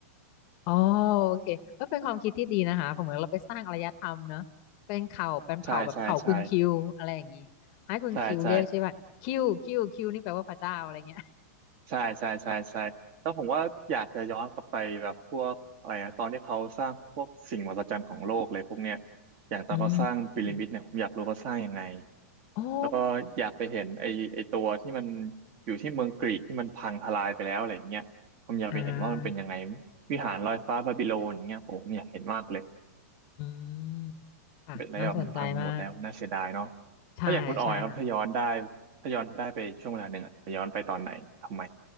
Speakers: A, on the left; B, on the right.
A: อ๋อโอเคเออเป็นความคิดที่ดีนะคะผมเหมือนเราไปสร้างอารยธรรมเนอะเป็นเผ่าเป็นเผ่าแบบเผ่าคุณคิวอะไรอย่างนี้ให้คุณคิวเรียกใช่ป่ะคิวคิวคิวนี่แปลว่าพระเจ้าอะไรเงี้ย
B: ใช่ใช่ใช่ใช่ใช่ ใช่ใช่ใช่ใช่แล้วผมว่าอยากจะย้อนกลับไปแบบพวกอะไรนะตอนที่เขาสร้างพวกสิ่งมหัศจรรย์ของโลกเลยพวกเนี้ยอย่างตอนเขาสร้างพีระมิดเนี่ยผมอยากรู้เขาสร้างยังไง
A: อืมโอ้
B: แล้วก็อยากไปเห็นไอ้ไอ้ตัวที่มันอยู่ที่เมืองกรีกที่มันพังทลายไปแล้วอะไรอย่างเงี้ยผมอยากไปเห็นว่ามันเป็นยังไง
A: อ่า
B: วิหารลอยฟ้าบาบิโลนอย่างเงี้ยโอ้ผมอยากเห็นมากเลย
A: อืมอ่ะน่าสนใจมาก
B: เป็นอะไรแบบมันพังไปหมดแล้วน่าเสียดายเนาะ
A: ใช่ใช่ค่ะ
B: ถ้าอยากคุณออยครับถ้าย้อนได้ถ้าย้อนได้ไปช่วงเวลาหนึ่งอะจะย้อนไปตอนไหนทำไม